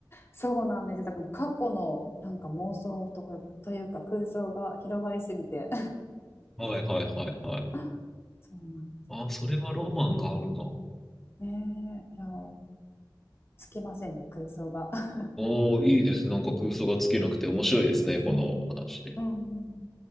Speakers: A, on the left; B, in the centre.
A: そうなんですよ。だから過去のなんか妄想とか、というか空想が広がりすぎて。
B: はいはいはいはい。
A: <laughs> そうなん
B: ああ、それはロマンがあるな。お
A: ねえ、いやー、つきませんね、空想が。<laughs>
B: お、いいです。なんか空想が尽きなくて面白いですね、この話。
A: ねえ。うんうん。